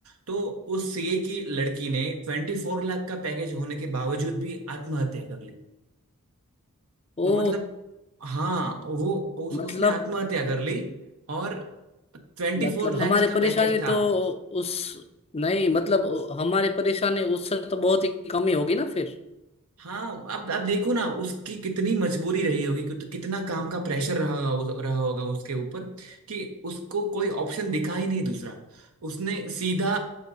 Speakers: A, on the right (about 75°); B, on the left (about 25°).
A: तो उस सीए की लड़की ने ट्वेंटी फोर लाख का पैकेज होने के बावजूद भी आत्महत्या कर मतलब
B: ओ
A: हाँ वो उस,
B: मतलब
A: उसने आत्महत्या कर ली और ट्वेंटी
B: मतलब
A: फोर लैक्स
B: हमारी
A: का
B: परेशानी
A: पैकेज था
B: तो उस नहीं मतलब हमारी परेशानी उससे तो बहुत ही कम ही होगी ना फिर
A: हाँ अब अब देखो ना उसकी कितनी मजबूरी रही होगी कित, कितना काम का प्रेशर रहा होगा उस- रहा होगा उसके ऊपर कि उसको कोई ऑप्शन दिखा ही नहीं दूसरा उसने सीधा